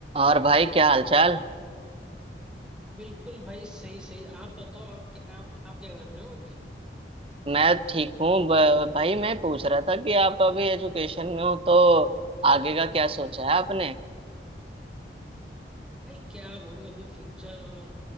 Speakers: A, on the right; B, in the centre.
A: और भाई क्या हालचाल
B: बिल्कुल भाई सही सही आप बताओ आप क्या आप आप क्या कर रहे हो अभी
A: मैं ठीक हूँ ब- भाई मैं पूछ रहा था कि आप अभी एजुकेशन में हो तो आगे का क्या सोचा है आपने
B: भाई क्या बोलूं अभी फ्यूचर और